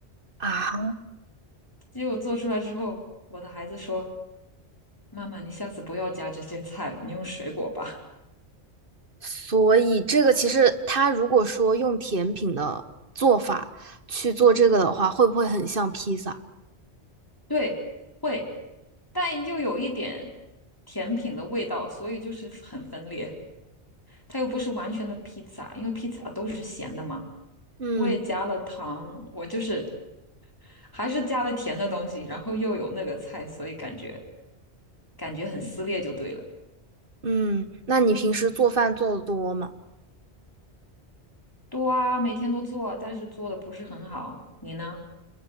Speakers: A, on the right; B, on the left.
A: 啊，
B: 结果做出来之后，我的孩子说：“妈妈，你下次不要加这些菜了，你用水果吧。
A: 所以这个其实它如果说用甜品的做法去做这个的话，会不会很像披萨？
B: <laughs>”对，会，但又有一点甜品的味道，所以就是很分裂。它又不是完全的披萨，因为披萨都是咸的嘛。
A: 嗯
B: 我也加了糖，我就是还是加了甜的东西，然后又有那个菜，所以感觉感觉很撕裂就对了。
A: 嗯，那你平时做饭做的多吗？
B: 多啊，每天都做啊，但是做的不是很好。你呢？